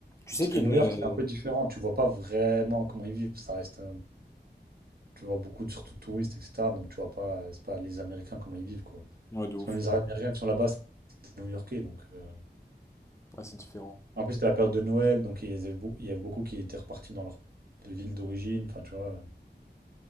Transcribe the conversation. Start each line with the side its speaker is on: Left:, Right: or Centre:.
Left: Tu sais
Right: Parce
Left: qu'il
Right: que New
Left: y
Right: York,
Left: a une.
Right: c'est un peu
Left: euh,
Right: différent. Tu vois pas vraiment comment ils vivent. Ça reste, un- tu vois beaucoup, de- surtout de touristes, etc. Donc tu vois pas, euh, c'est pas les Américains comment ils vivent, quoi. Parce
Left: Ouais, de ouf.
Right: que même les Américains qui sont là-bas, c'est des New-Yorkais. Donc, euh,
Left: Ouais, c'est différent.
Right: En plus, c'était la période de Noël, donc il y avait beau- il y avait beaucoup qui étaient repartis dans leur ville d'origine. Enfin, tu vois. euh.